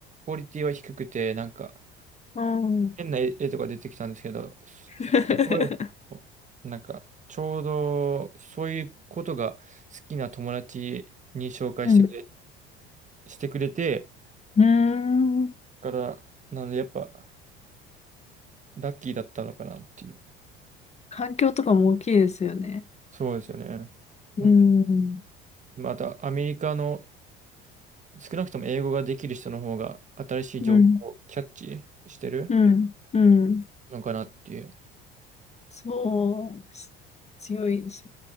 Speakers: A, on the right; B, on the left.
A: オリティは低くて、なんか
B: あー
A: 変な絵絵とか出てきたんですけど、
B: <laughs>
A: こういうのなんか、ちょうど、そういうことが好きな友達に紹介してくれ、
B: うん。う
A: してくれて、
B: ーん。
A: から、なので、やっぱ、ラッキーだったのかなっていう。
B: 環境とかも大きいですよね。
A: そうですよね。ま、
B: うん。
A: また、アメリカの、少なくとも英語ができる人の方が、新しい情報をキャッチしてる
B: うん。うん。うん。
A: のかなっていう。
B: そうです。強いですよ。